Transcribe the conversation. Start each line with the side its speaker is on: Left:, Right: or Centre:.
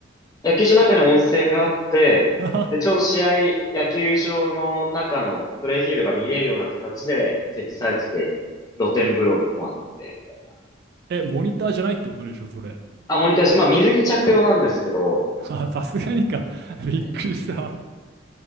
Left: 野球場の中に温泉があって、
Right: <laughs>
Left: で、ちょうど試合、野球場の中のプレイフィールドが見れるような形で設置されてて、露天風呂もあって、みたいな。
Right: え、モニターじゃないってことでしょ、それ。
Left: あ、モニターして、まあ水着着用なんですけど、
Right: <laughs> あさすがにか。<laughs> びっくりした。
Left: ね